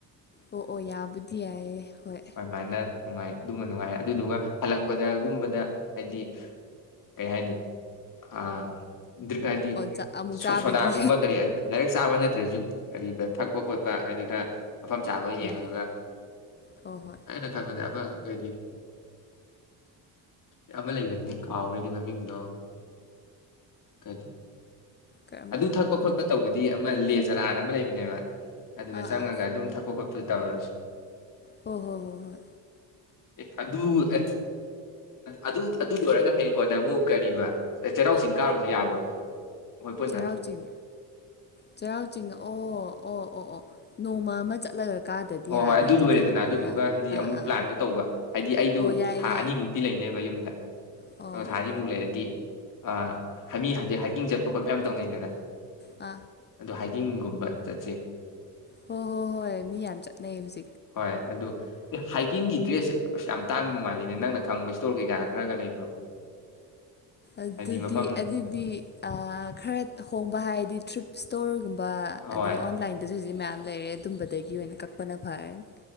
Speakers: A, on the left; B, on the left.
A: ꯑꯣ ꯑꯣ ꯌꯥꯕꯨꯗꯤ ꯌꯥꯏꯑꯌꯦ ꯍꯣꯏ
B: ꯑꯗꯨꯃꯥꯏꯅ ꯅꯨꯡꯉꯥꯏ ꯑꯗꯨꯃ ꯅꯨꯡꯉꯥꯏꯔꯦ ꯑꯗꯨꯗꯨꯒ ꯍꯜꯂꯛꯄꯗꯒꯨꯝꯕꯗ ꯍꯥꯏꯗꯤ ꯀꯩ ꯍꯥꯏꯅꯤ ꯑꯥ ꯗ꯭ꯔꯤ ꯍꯥꯏꯗꯤ
A: ꯑꯣ ꯑꯃꯨꯛ ꯆꯥꯕꯒꯤ
B: ꯁꯣꯗꯥꯒꯨꯝꯕ ꯀꯔꯤ ꯍꯥꯏ ꯗꯥꯏꯔꯦꯛ ꯆꯥꯕ ꯅꯠꯇ꯭ꯔꯁꯨ ꯀꯔꯤꯕ ꯊꯛꯄ ꯈꯣꯠꯄ ꯍꯥꯏꯗꯤ ꯈꯔ ꯃꯐꯝ ꯆꯥꯕ ꯌꯦꯡꯉꯒ
A: ꯎꯝ ꯍꯣꯏ ꯍꯣꯏ
B: ꯑꯩꯅ ꯈꯟꯕꯗ ꯑꯃ ꯀꯔꯤ ꯌꯥꯕ ꯂꯩꯕꯅꯤꯅꯦ ꯀꯥꯎꯒ꯭ꯔꯦꯅꯦ ꯃꯃꯤꯡꯗꯣ ꯀꯔꯤ
A: ꯀꯔꯝꯕ
B: ꯑꯗꯨ ꯊꯛꯄ ꯈꯣꯠꯄ ꯇꯧꯕꯗꯤ ꯑꯃ ꯂꯦ ꯆꯔꯥꯅ ꯑꯃ ꯂꯩꯕꯅꯦꯕ ꯑꯗꯨꯗ
A: ꯑꯥ
B: ꯆꯪꯉꯒ
A: ꯑꯥ
B: ꯑꯗꯨꯝ ꯊꯛ ꯄꯣꯞ ꯑꯞꯇꯨ ꯇꯧꯔꯁꯤ
A: ꯑꯣ ꯍꯣꯏ ꯍꯣꯏ ꯍꯣꯏ
B: ꯑꯦ ꯑꯗꯨ ꯑ ꯑꯗꯨ ꯑꯗꯨ ꯂꯣꯏꯔꯒ ꯍꯉꯦꯡ ꯀꯣꯟꯅ ꯑꯃꯨꯛ ꯀꯔꯤꯕ ꯑꯦ ꯆꯩꯔꯥꯎ ꯆꯤꯡ ꯀꯥꯔꯨꯁꯤ ꯌꯥꯕ꯭ꯔꯣ ꯍꯣꯏ ꯄꯨꯟꯅ
A: ꯆꯩꯔꯥꯎ ꯆꯤꯡ ꯆꯩꯔꯥꯎ ꯆꯤꯡ ꯑꯣ ꯑꯣ ꯑꯣ ꯑꯣ ꯅꯧꯃ ꯑꯃ ꯆꯠꯂꯒ ꯀꯥꯗꯗꯤ
B: ꯍꯣꯏ
A: ꯌꯥꯔꯔꯣꯏ
B: ꯍꯣꯏ ꯑꯗꯨ
A: ꯑꯗꯨꯗꯤ
B: ꯂꯣꯏꯔꯦꯗꯅ ꯑꯗꯨꯗꯨꯒ
A: ꯑꯥ
B: ꯍꯥꯢꯗꯤ
A: ꯑꯥ
B: ꯑꯃꯨꯛ
A: ꯑꯥ
B: ꯄ꯭ꯂꯥꯟꯗꯣ
A: ꯑꯥ
B: ꯇꯧꯕ ꯍꯥꯏꯗꯤ ꯑꯩꯗꯨ
A: ꯑꯣ ꯌꯥꯏ
B: ꯊꯥ
A: ꯌꯥꯏ
B: ꯑꯅꯤꯃꯨꯛꯇꯤ ꯂꯩꯅꯦꯕ ꯌꯨꯝꯗ <inaudible>
A: ꯑꯣ
B: ꯑ ꯊꯥ ꯑꯅꯤꯃꯨꯛ ꯂꯩꯔꯗꯤ ꯑ ꯍꯃꯤ ꯍꯧꯖꯤꯛ ꯍꯥꯏꯀꯤꯡ ꯆꯠꯄ ꯈꯣꯠꯄ ꯌꯥꯝ ꯇꯧꯅꯩꯗꯅ
A: ꯑ
B: ꯑ ꯍꯥꯏꯀꯤꯡꯒꯨꯝꯕ ꯆꯠꯁꯦ
A: ꯍ ꯣ ꯍꯣ ꯍꯣꯏ ꯃꯤ ꯌꯥꯝ ꯆꯠꯅꯩ ꯍꯨꯖꯤꯛ
B: ꯍꯣꯏ ꯑꯗꯨ ꯑꯦ ꯍꯥꯏꯀꯤꯡꯒꯤ ꯗ꯭ꯔꯦꯁꯁꯦ ꯑꯁ ꯌꯥꯝ ꯇꯥꯡꯕ ꯃꯥꯜꯂꯤꯅꯦ ꯅꯪꯅ ꯈꯪꯕ ꯏ꯭ꯁꯇꯣꯔ ꯀꯩꯀꯥ ꯈꯔꯒ ꯂꯩꯕ꯭ꯔꯣ
A: ꯑꯗꯨꯗꯤ
B: ꯍꯥꯏꯗꯤ ꯃꯐꯝ
A: ꯑꯗꯨꯗꯤ ꯑꯥ ꯈꯔ ꯍꯣꯡꯕ ꯍꯥꯏꯗꯤ ꯊ꯭ꯔꯤꯞ ꯏ꯭ꯁꯇꯣꯔꯒꯨꯝ ꯕ
B: ꯍꯣꯏ
A: ꯑꯗꯩ ꯑꯣꯟ ꯂꯥꯏꯟꯗꯖꯨ ꯍꯧꯖꯤꯛ ꯍꯧꯖꯤꯛ ꯃꯌꯥꯝ ꯂꯩꯔꯦ ꯑꯗꯨꯝꯕꯗꯒꯤ ꯑꯣꯏꯅ ꯀꯛꯄꯅ ꯐꯔꯅꯤ